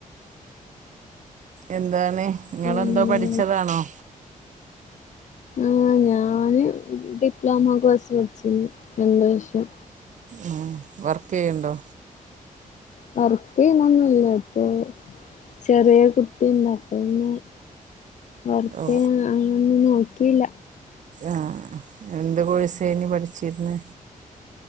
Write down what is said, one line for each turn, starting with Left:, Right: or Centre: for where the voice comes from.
Right: എന്താണ് നിങ്ങെന്തോ
Left: പിന്നെ
Right: പഠിച്ചതാണോ?
Left: ആ ഞാന് ഡിപ്ലോമ കോഴ്സ് പഠിച്ചിരുന്നു രണ്ട വഷം
Right: ഉം വർക്ക് യ്യണ്ടോ?
Left: വർക്ക്യ്യുന്നൊന്നല്ല പ്പൊ ചെറിയ കുട്ടിന്ന അ പിന്നെ വർക്ക
Right: ഓ
Left: അങ്ങൊ ഒന്നും നോക്കിയില്ല
Right: ആഹ് എന്ത് കോഴസായിനി പഠിച്ചിരുന്നെ?